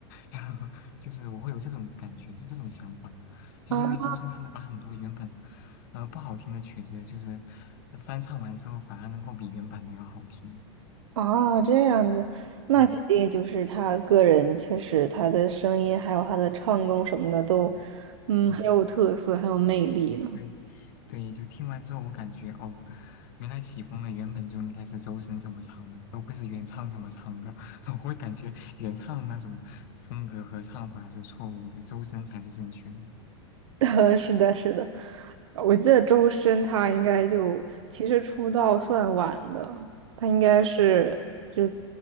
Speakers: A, on the left; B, on the right.
A: <laughs> 就是我会有这种感觉，就这种想法，就因为周深他能把很多原本
B: 啊，
A: 呃不好听的曲子，就是翻唱完之后反而能够比原版的要好听，
B: 啊，这样子，那肯定就是他个人确实他的声音还有他的唱功什么的都，
A: 嗯。嗯嗯
B: 嗯，
A: 嗯，
B: 很有特色，很有魅力呢。
A: 对对，
B: <laughs>
A: 就听完之后，我感觉哦，原来起风了，原本就应该是周深怎么唱的，而不是原唱怎么唱的。<laughs> 我会感觉原唱的那种风格和唱法是错误的，周深才是正确的。
B: 呃是的，是的，我记得周深他应该就其实出道算晚的，
A: 嗯，
B: 他应该是就
A: 嗯